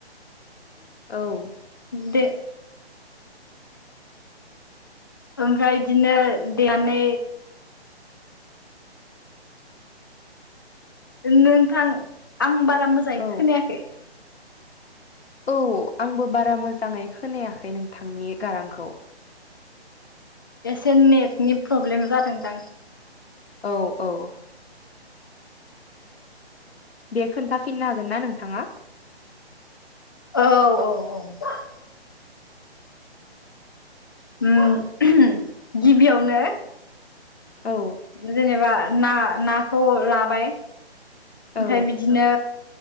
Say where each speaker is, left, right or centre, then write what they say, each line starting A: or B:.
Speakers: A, on the left; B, on the left.
A: औ
B: दे ओमफ्राय बिदिनो देनानै नोंथां आं बारा मोजाङै
A: औ
B: खोनायाखै
A: औ आंबो बारा मोजाङै खोनायाखै नोंथांनि गारांखौ
B: एसे नेटनि प्रब्लेम जादोंदां
A: औ औ दे खोन्थाफिननो हागोन ना नोंथाङा?
B: औ औ औ उम गिबियावनो
A: औ
B: जेनेबा ना नाखौ लाबाय ओमफ्राय
A: औ
B: बिदिनो